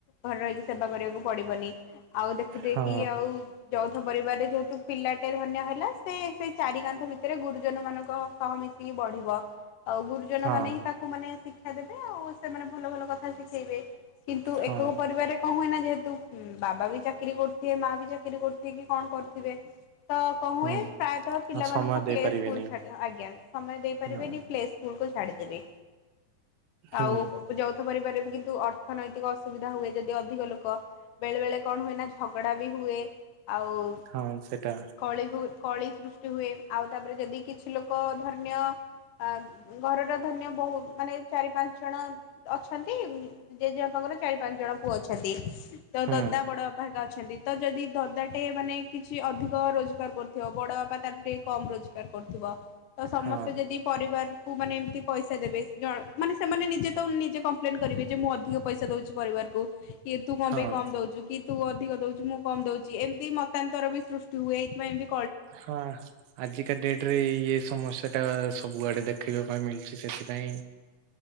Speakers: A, on the left; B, on the right.
A: ଘରେ ରହିକି ସେବା କରିବାକୁ ପଡିବନି। ଆଉ ଦେଖୁଥିବେ
B: ହଁ
A: କି ଆଉ ଯୌଥ ପରିବାରରେ ଯେହେତୁ ପିଲାଟେ ଧନ୍ୟ ହେଲା। ସେ ସେଇ ଚାରି କାନ୍ଥ ଭିତରେ ଗୁରୁଜନ ମାନଙ୍କ ସହ ମିଶିକି ବଢିବ। ଆଉ ଗୁରୁଜନ
B: ହଁ
A: ମାନେ ହିଁ ତାକୁ ମାନେ ଶିକ୍ଷା ଦେବେ। ଆଉ ସେମାନେ ଭଲ ଭଲ କଥା ଶିଖେଇବେ। କିନ୍ତୁ
B: ହଁ
A: ଏକକ ପରିବାରରେ କଣ ହୁଏନା ଯେହେତୁ ଉଁ, ବାବା ବି ଚାକିରି କରୁ ଥିବେ, ମା ବି ଚାକିରି କରୁଥିବେ କି କଣ କରିଥିବେ ତ କଣ ହୁଏ।
B: ହୁଁ
A: ପ୍ରାୟତଃ ପିଲାମାନଙ୍କୁ
B: ଆଉ ସମୟ ଦେଇପାରିବେନି
A: ପ୍ଲେ ସ୍କୁଲ୍ ଛାଡ ଆଜ୍ଞା ସମୟ ଦେଇପାରିବେନି
B: ହଁ
A: ପ୍ଲେ ସ୍କୁଲ୍ କୁ ଛାଡିଦେବେ।
B: ହୁଁ
A: ଆଉ ଯୌ ଥ ପରିବାରେ ବି କିନ୍ତୁ ଅର୍ଥନୈତିକ ଅସୁବିଧା ହୁଏ। ଯଦି ଅଧିକ ଲୋକ ବେଳେବେଳେ କଣ ହୁଏନା ଝ ଝଗଡ଼ା ବି ହୁଏ। ଆଉ
B: ହଁ ସେଟା
A: କଳି ହୁଏ କଳି ସୁଷ୍ ହୁଏ। ଆଉ ତାପରେ ଯଦି କିଛି ଲୋକ ଧରିନିୟ ଆ ଘରର ଧନ୍ୟ ବହୁ ମାନେ ଚାରି ପାଞ୍ଚ ଜଣ ଅଛନ୍ତି। ଜେଜେବାପା ମୋର ଚାରି ପାଞ୍ଚ ଜଣ ପୁଅ ଅଛନ୍ତି। ତ
B: ହୁଁ
A: ଦଦା ବଡ ବାପା ହରିକା ଅଛନ୍ତି। ତ ଯଦି ଦଦାଟେ ମାନେ କିଛି ଅଧିକ ରୋଜଗାର ରୋଜକାର୍ କରୁଥିବ। ବଡ ବାପା ତାଠୁ ଟିକେ କମ୍ ରୋଜଗାର କରୁଥିବ। ତ ସମସ୍ତେ
B: ହଁ
A: ଯଦି ପରିବାର କୁ ମାନେ ଏମିତି ପଇସା ଦେବେ। ମାନେ ସେମାନେ ନିଜେ ତ ନିଜେ କମ୍ପ୍ଲେନ କରିବେ ଯେ ମୁଁ ଅଧିକ ପଇସା ଦଉଛି ପରିବାରକୁ। ଏ ତୁ କଣ
B: ହଁ
A: ପାଇଁ କମ ଦଉଚୁ କି ତୁ ଅଧିକ ଦଉଚୁ ମୁଁ କମ୍ ଦଉଚି। ଏମିତି ମତାନ୍ତର ବି ସୃଷ୍ଟି ହୁଏ। ଏଇଥିପାଇଁବି
B: ହଁ ଆଜିକା ଡେଟରେ ଇଏ ସମସ୍ୟା ଟା ସବୁଆଡେ ଦେଖିବା ପାଇଁ ମିଳୁଛି ସେଥି ପାଇଁ